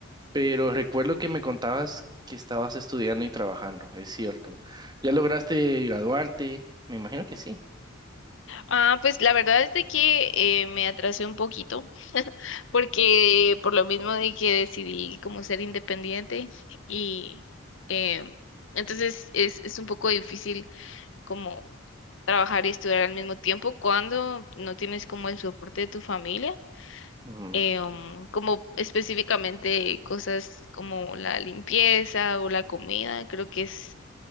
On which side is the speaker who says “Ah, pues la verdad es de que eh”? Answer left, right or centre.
Left